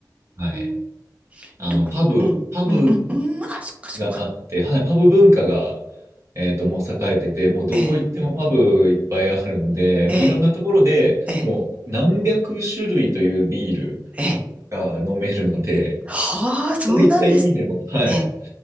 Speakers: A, on the right; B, on the right.
A: はい。
B: ん。
A: あの、
B: どこうん、
A: パブ、パブ
B: うん、うん、うん。あ、そっかそっか。
A: があって、はい、パブ文化が、えっと、もう栄えてて、もうどこ行ってもパブいっぱいあるんで、
B: ええ、
A: もういろんなところでもう何百種類というビール
B: ええ、ええ、ええ。
A: が飲めるので、
B: はあ、そうなんです。
A: そういった意味でも、はい、
B: ええ